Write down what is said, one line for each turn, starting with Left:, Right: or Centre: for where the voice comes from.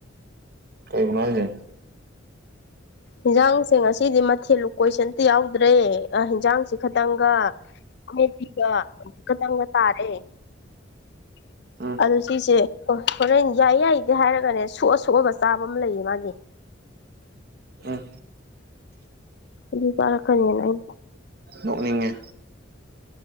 Right: ꯀꯥꯏꯁꯦ
Left: ꯏꯟꯖꯥꯡꯁꯦ ꯉꯁꯤꯗꯤ ꯃꯊꯦꯜ ꯂꯨ ꯀꯣꯏꯁꯟꯇ ꯌꯥꯎꯗ꯭ꯔꯦ ꯌꯦꯟꯖꯥꯡꯁꯤ ꯈꯈꯤꯇꯪꯒ ꯑꯃꯦꯀꯤꯤꯒ ꯈꯇꯪꯒ ꯇꯥꯔꯦ
Right: ꯎꯝ
Left: ꯑꯗꯨꯣ ꯁꯤꯁꯦ ꯍꯣꯔꯦꯟ ꯌꯥꯏ ꯌꯥꯏꯗꯦ ꯍꯥꯏꯔꯒꯅꯦ ꯑꯁꯣꯛ ꯑꯁꯣꯛꯑꯕ ꯆꯥꯕ ꯑꯃ ꯂꯩꯌꯦ ꯃꯥꯒꯤ
Right: ꯎꯝ
Left: ꯑꯗꯨꯄꯥꯔ ꯈꯅꯤꯅ ꯏ
Right: ꯅꯣꯛꯅꯤꯡꯅꯦ